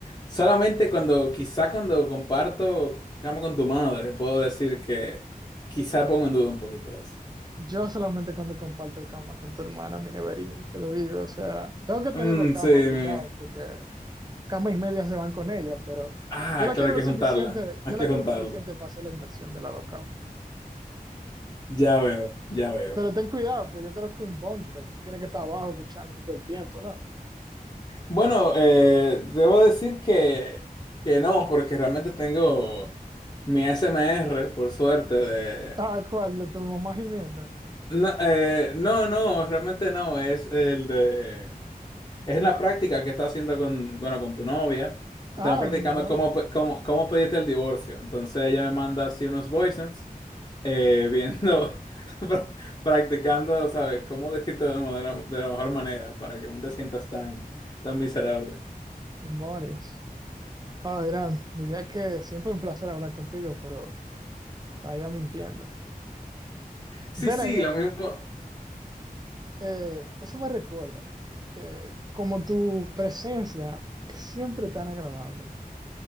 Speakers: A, on the left; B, on the right.
A: Solamente cuando, quizá cuando comparto cama con tu madre, puedo decir que quizá pongo en duda un poquito eso.
B: Yo solamente cuando comparto cama con tu hermana, mi neverín, te lo digo. O sea, tengo que tener
A: Mm,
B: dos camas
A: sí,
B: obligado
A: mi-
B: porque cama y media se van con ella, pero
A: ah,
B: yo la
A: claro,
B: quiero
A: hay
B: lo
A: que
B: suficiente,
A: juntarla,
B: yo
A: hay que
B: la quiero
A: juntarlo.
B: lo suficiente para hacer la inversión de las dos camas.
A: Ya veo, ya veo.
B: Pero ten cuidado, pues yo creo que un bunk bed, tú tienes que estar abajo escuchándome todo el tiempo, ¿no?
A: Bueno, eh, debo decir que, que no, porque realmente tengo mi S M R por suerte, de...
B: Ah, ¿cuál? ¿De tu mamá gimiendo?
A: No, eh, no, no, realmente no, es el de... Es la práctica que estaba haciendo con, bueno, con tu novia, que
B: Ah,
A: estaban practicando
B: con mi novia.
A: cómo, pe- cómo, cómo pedirte el divorcio. Entonces ella me manda así unos voice notes, eh, viendo, <laughs> pra- practicando, ¿sabes? Cómo decirte de, manera, de la mejor manera para que no te sientas tan, tan miserable.
B: Demonios. Ah, Irán, diría que siempre un placer hablar contigo, pero vaya mintiendo.
A: Sí,
B: Then
A: sí,
B: again,
A: lo mismo.
B: eh, eso me recuerda, eh, como tu presencia es siempre tan agradable,